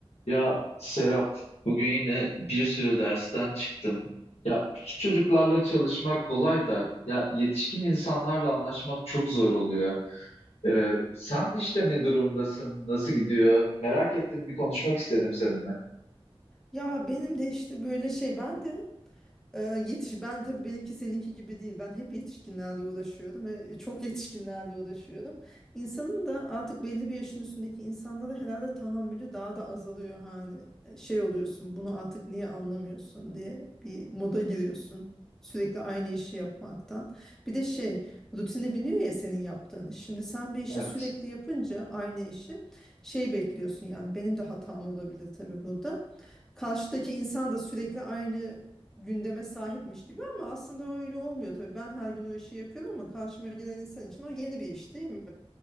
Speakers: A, on the left (about 85°); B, in the centre.
A: Ya Serap, bugün yine bir sürü dersten çıktım. Ya küçük çocuklarla çalışmak kolay da ya yetişkin insanlarla anlaşmak çok zor oluyor. Ee, sen işte ne durumdasın, nasıl gidiyor? Merak ettim, bir konuşmak istedim seninle.
B: Ya benim de işte böyle şey ben de ee, yetiş ben tabii benimki seninki gibi değil. Ben hep yetişkinlerle uğraşıyordum ve e, çok <laughs> yetişkinlerle uğraşıyordum. İnsanın da artık belli bir yaşın üstündeki insanlara herhalde tahammülü daha da azalıyor hani. e, Şey oluyorsun, bunu artık niye anlamıyorsun diye bir moda giriyorsun. Sürekli aynı işi yapmaktan. Bir de şey, rutine biniyor ya senin yaptığın iş. Şimdi sen bir işi
A: Evet.
B: sürekli yapınca aynı işi şey bekliyorsun yani benim de hatam olabilir tabii burada. Karşıdaki insan da sürekli aynı gündeme sahipmiş gibi ama aslında öyle olmuyor tabii. Ben her gün o işi yapıyorum ama karşıma gelen insan için o yeni bir iş değil mi?